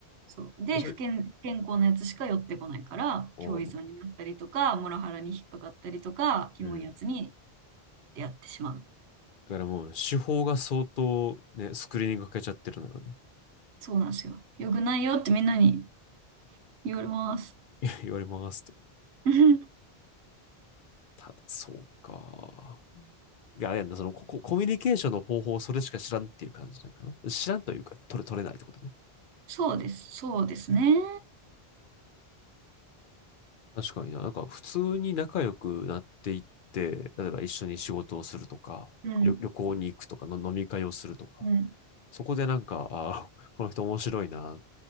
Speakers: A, on the right; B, on the left.
A: そう。で、
B: でそれ、
A: 不健、不健康なやつしか寄ってこないから、
B: うん、
A: 共依存になったりとか、モラハラに引っかかったりとか、キモいやつに
B: うん
A: 出会ってしまう。
B: だからもう手法が相当ね、スクリーニングかけちゃってるのよね。
A: そうなんですよ。よくないよってみんなに言われます。
B: <laughs> 言われますって。
A: <laughs>
B: ただ、そうか。いや、あれやんな、そのコ、コミュニケーションの方法をそれしか知らんっていう感じなんかな。知らんというか、取れ、取れないってことね。
A: そうです。そうですね。
B: 確かにな。なんか、普通に仲良くなっていって、例えば一緒に仕事をするとか、
A: うん。
B: 旅、旅行に行くとかの、飲み会をするとか、
A: うん、
B: そこでなんか、ああ、<laughs> この人面白いな。